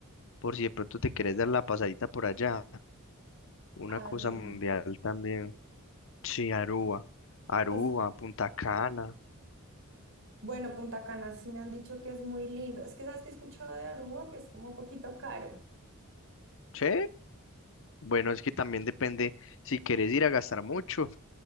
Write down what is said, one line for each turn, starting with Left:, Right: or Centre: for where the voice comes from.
Left: Por si de pronto te quieres dar la pasadita por allá. Una
Right: Aruba.
Left: cosa mundial también. Sí, Aruba. Aruba,
Right: O sea,
Left: Punta Cana.
Right: bueno, Punta Cana sí me han dicho que es muy lindo. Es que sabes que he escuchado de Aruba que es como un poquito caro.
Left: Sí, bueno, es que también depende si quieres ir a gastar mucho.